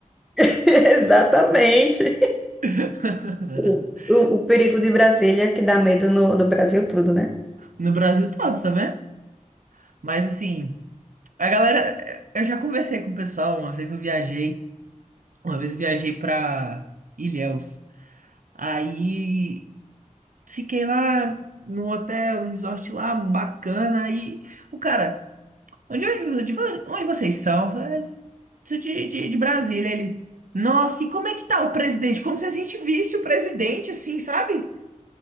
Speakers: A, in the centre; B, on the right.
A: <laughs> Exatamente.
B: <laughs>
A: O, o- o perigo de Brasília é que dá medo no, no Brasil tudo, né?
B: No Brasil todo, tá vendo? Mas assim, a galera, eu já conversei com o pessoal, uma vez eu viajei, uma vez eu viajei pra Ilhéus. Aí Fiquei lá no hotel, no resort lá, bacana. E o cara, onde, é onde, de vo- onde vocês são? Eu falei, "Ah, sou de, de, de Brasília. Ele, nossa, e como é que tá o presidente? Como se a gente visse o presidente, assim, sabe?